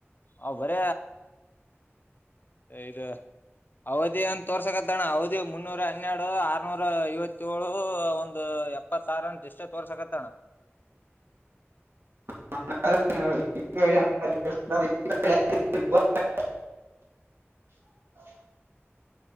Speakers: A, on the left; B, on the right.
A: ಅವ್ ಬರ. ಇದು. ಅವದಿ ಒಂದ ತೋರ್ಸಕತ್ತಣ್ಣ ಅವದಿ ಮುನ್ನೂರ ಹನ್ನೆರಡು ಆರ್ನೂರ ಐವತ್ತಏಳು ಒಂದು. ಎಪ್ಪತ್ತಾರ ಅಂತ ಇಷ್ಟೆ ತೋರ್ಸಕತ್ತಣ.
B: <unintelligible> ನ. <unintelligible>